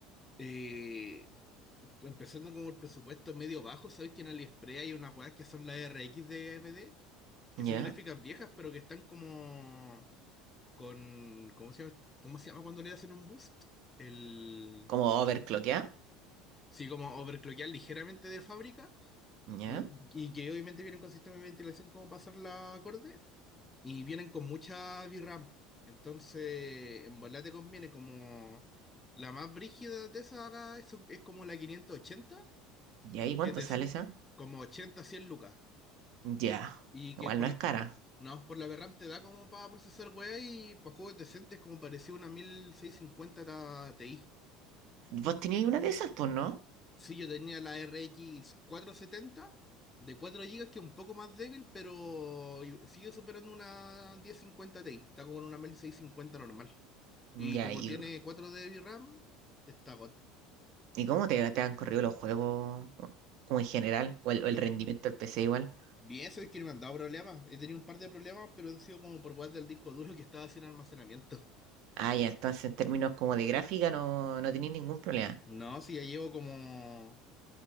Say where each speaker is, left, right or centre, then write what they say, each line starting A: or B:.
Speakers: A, on the left; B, on the right.
A: eh, Empezando como el presupuesto medio bajo, ¿sabes que en AliExpress hay unas weas que son las RX de AMD? Que
B: ¿Ya?
A: son gráficas viejas, pero que están como con, ¿cómo se llama? ¿Cómo se llama cuando le hacen un boost? El,
B: Como overclockear.
A: sí, como overclockear ligeramente de fábrica
B: ¿Ya?
A: eh, y que obviamente vienen con sistema de ventilación como pasar la acorde y vienen con mucha VRAM. Entonces, en volar te conviene como la más brígida de esa es, es como la quinientos ochenta
B: ya ¿Y cuánto
A: que te
B: sale
A: es
B: esa?
A: como 80 100 lucas
B: Ya.
A: y que
B: Igual
A: por,
B: no es cara.
A: no, por la VRAM te da como para procesar weá y para juegos decentes como parecía una 1650 Ti.
B: ¿Vos teníais una de esas? Pues no.
A: Sí, yo tenía la RX setenta de cuatro gigas que es un poco más débil, pero i- sigue superando una 1050 Ti. Está como en una 1650 normal.
B: Ya,
A: Y como
B: ¿y,
A: tiene 4 de RAM, está go-
B: y cómo te, te han corrido los juegos? Como en general, o el,
A: bi-
B: o el rendimiento del PC igual.
A: bien. Eso es que no me han dado problemas. He tenido un par de problemas, pero han sido como por guardar del disco duro que estaba sin almacenamiento.
B: Ah, ya, entonces en términos como de gráfica no, no tenéis ningún problema.
A: No, sí, ya llevo como